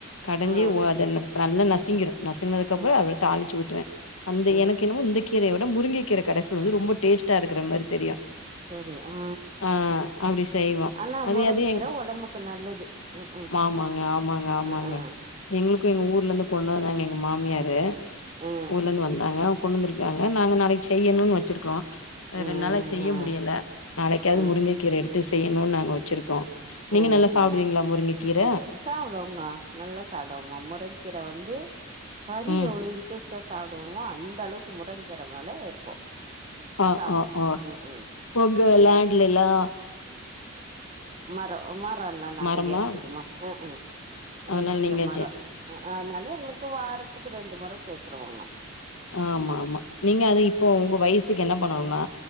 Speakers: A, on the left; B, on the right.
A: கடஞ்சு
B: ஆ
A: ஒ அத நல்லா நசிங்கிரு நசுங்குனதுக்கப்பறோ
B: ம்
A: அத தாழுச்சு ஊத்துவே அந்த
B: ம்
A: எனக்கு என்னமோ கீரையோட முருங்க கீரை கடசல் வந்து ரொம்ப டேஸ்டாருக்குற மாரி தெரியு
B: தெரியு ஆ
A: ஆ அப்டி செய்வோ
B: அனா
A: அதே
B: முருங்க
A: அது
B: கீர
A: எங்
B: ஒடம்புக்கு நல்லது ம் ம்
A: ஆமாங்க ஆமாங்க ஆமாங்க
B: ஆ ஆ
A: எங்களுக்கு எங்க ஊர்லந்து கொண்டு வந்தாங்க எங்க மாமியாரு
B: ம்
A: ஊர்லந்து வந்தாங்க கொண்டந்துருக்காங்க
B: ம்
A: நாங்க நாளைக்கி செய்யணுன்னு வச்சுருக்கோ
B: ம்ஹும்
A: ரெண்டு நாளைக் செய்ய முடியல நாளைக்காது
B: ம்
A: முருங்க கீரெடுத்து செய்யணுன்னு நாங்க வச்சுருக்கோ
B: சே
A: நீங்க
B: ம்ஹும்
A: நல்லா சாப்டுவீங்ளா முருங்க கீர
B: சாப்டுவோங்க நல்லா சாப்டுவோமா முருங்கக்கீர வந்து கறி
A: ம்
B: <unintelligible> டேஸ்ட்டா சாப்டுவோமா அந்தளவுக்கு முருங்கீர மேல இருக்கு
A: ஆ
B: சாப்டுவோ
A: ஆ ஆ
B: ம்ஹும்
A: கொஞ்சோ லேண்ட்லல்லா
B: மரோ மரோலா நறையா
A: மரமா
B: இருக்குதுமா அ ஆ முருங்கீர
A: அதனால நீங்க
B: மரோ
A: செ
B: அஹா அதனால எங்களுக்கு வாரத்துக்கு ரெண்டு மொர சேத்துருவோமா
A: ஆமாமா நீங்க அத இப்போ உங்க வயசுக்கு என்ன பண்ணனுனா